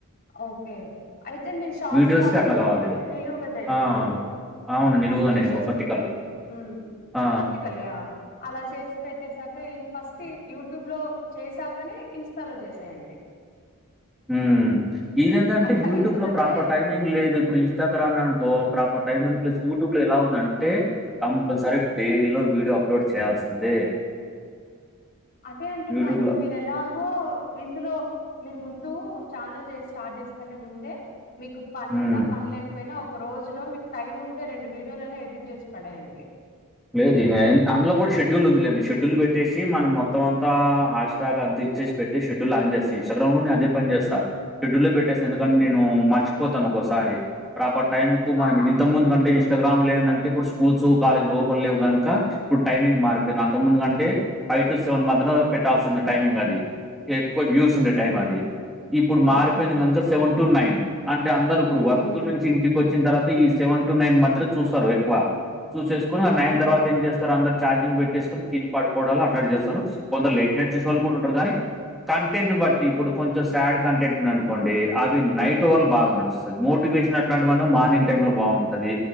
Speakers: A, on the left (about 45°); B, in the centre.
A: ఓకే అయితే మీరు షార్ట్స్
B: వీడియోస్‌కి
A: కాబట్టి
B: అట్లా గావాలి.
A: నిలువుగా చేయండి
B: ఆ! అవును. నిలువుగానే
A: నాకు రేషోస్
B: వర్టికల్.
A: గుర్తులేవు మ్
B: ఆ!
A: వర్ట్టి కళ్ళి ఆ అలా చేసి పెట్టేసాకే ఫస్ట్ యూట్యూబ్ లో చేసాకనే ఇన్స్టాలో చేసేయండి
B: మ్ ఇది ఎంటంటే
A: అట్లా
B: యూట్యూబ్
A: ఎందుకంటే
B: లో ప్రాపర్ టైమింగ్ లేదు ఇప్పుడు ఇన్స్టాగ్రామ్ అనుకో ప్రాపర్ టైం ఉంది ప్లస్ యూట్యూబ్ లో ఎలా ఉంది అంటే కంపల్సరీ
A: హ్మ్.
B: డై లో వీడియో అప్లోడ్ చేయాల్సిందే
A: అదే అంటున్నా
B: యూట్యూబ్‌లో.
A: ఇప్పుడు మీరు ఎలాగో ఇందులో మీరు ముం ఛానల్ స్టార్ట్ చేసుకుంటే ముందే మీకు పని
B: హ్మ్.
A: ఉన్న పనిలే పోయినా ఒక రోజు లో మీకు టైమ్ ఉంటే రెండు వీడియోలు అయినా ఎడిట్ చేసి పడేయండి
B: లేదు అందులో కూడా షెడ్యూల్ ఉందండి షెడ్యూల్ పెట్టేసి మనం మొత్తమంతా హాష్ ట్రక్ అంత ఇచ్చేసి పెట్టేసి షడ్యూల్ అన్ చెస్ ఇంస్టాగ్రామ్ లో కుడా నీను అదే అని చేస్త షెడ్యూల్ లో పెట్టేస్తే
A: హ్మ్
B: ఎందుకంటే నేను మర్చిపోతాను ఒకసారి ప్రాపర్ టైమ్ కు
A: ఆ
B: మనం ఇంత ముందు కంటే ఇస్ాగ్రా లో లేదంటే ఇప్పుడు స్కూల్స్ కాలేజ్ లో లేవు గనుక ఇప్పుడు టైమింగ్ మారిపోయింది అంత ముందు కంటే ఫైవ్ టు సెవెన్ మధ్యన పెట్టాల్సింది టైమింగ్ అది ఎక్కువ వ్యూస్ ఉండే
A: ఉహు
B: టైం అది ఇప్పుడు మారిపోయింది
A: అవునవును
B: కనుక సెవెన్ టు నైన్ అం అందరు ఇప్పుడే వర్క్
A: హ్మ్
B: నుంచి ఇంటికి వచ్చిన తర్వాత ఈ సెవెన్ టు నైన్ మధ్య చూస్తారు ఎక్కువ చూసెస్ కొని ఆ నైన్
A: అవును
B: తర్వాత ఏం చేస్తారు అందరు ఛార్జింగ్ పెట్టేసుకుొని తిని పడుకోవడాాల అట్లా చేస్తారు కొందరు లేట్ెంట్షోలు కూడా ఉంటారు కానీ కంటెంట్ ని బట్టి ఇప్పుడు కొంచెం శాడ్ కంటెంట్ ఉన్నా అనుకోండి అవి నైట్ఓర్లు బాగా నడుస్తుంది మోటి అ మార్నింగ్ టై లో బాగుంటది